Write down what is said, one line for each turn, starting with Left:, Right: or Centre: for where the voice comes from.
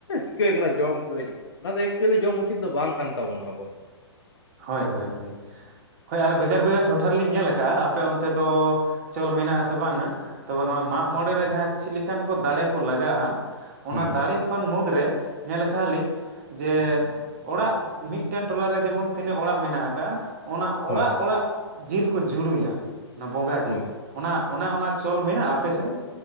Left: ᱪᱤᱠᱟᱹᱭ ᱠᱟᱱᱟ ᱡᱚᱢ ᱠᱟᱹ ᱚᱱᱟ ᱫᱚ ᱮᱠᱪᱩᱭᱮᱞᱤ ᱡᱚᱢ ᱩᱪᱤᱛ ᱫᱚ ᱵᱟᱝ ᱠᱟᱱ ᱛᱟᱵᱚᱱᱟ ᱟᱵᱚᱣᱟᱜ ᱫᱚ᱾
Right: ᱦᱳᱭ ᱦᱳᱭ ᱦᱳᱭ ᱟᱨ ᱵᱷᱮᱜᱟᱨ ᱵᱷᱮᱜᱟᱨ ᱴᱚᱴᱷᱟ ᱨᱮᱞᱤᱧ ᱧᱮᱞ ᱠᱟᱜᱼᱟ ᱟᱯᱮ ᱚᱱᱛᱮ ᱫᱚ ᱪᱚᱞ ᱢᱮᱱᱟᱜ ᱟ ᱥᱮ ᱵᱟᱝᱟ ᱛᱚᱵᱮ ᱱᱚᱣᱟ ᱢᱟᱜ ᱢᱚᱬᱮ ᱨᱮ ᱡᱟᱦᱟᱸ ᱪᱤᱫ ᱞᱮᱠᱟᱱ ᱠᱚ ᱫᱟᱲᱮ ᱠᱚ ᱞᱟᱜᱟᱜᱼᱟ ᱚᱱᱟ
Left: ᱦᱩᱸ
Right: ᱫᱟᱲᱮ ᱠᱷᱚᱱ ᱢᱩᱫᱽᱨᱮ ᱧᱮᱞ ᱠᱟᱜ-ᱟ ᱞᱤᱧ ᱡᱮ ᱚᱲᱟᱜ ᱢᱤᱫᱴᱮᱱ ᱴᱚᱞᱟ ᱨᱮ ᱡᱮᱢᱚᱱ ᱛᱤᱱᱟᱹᱜ ᱚᱲᱟᱜ ᱢᱮᱱᱟᱜ ᱟᱠᱟᱜᱼᱟ ᱚᱱᱟ ᱚᱲᱟᱜ
Left: ᱦᱳᱭ
Right: ᱚᱲᱟᱜ ᱡᱤᱞ ᱠᱚ ᱡᱩᱲᱩᱭᱟ ᱚᱱᱟ ᱵᱚᱸᱜᱟ ᱡᱤᱞ
Left: ᱦᱳᱭ
Right: ᱚᱱᱟ ᱚᱱᱮ ᱚᱱᱟ ᱪᱚᱞ ᱢᱮᱱᱟᱜᱼᱟ ᱟᱯᱮᱥᱮᱫ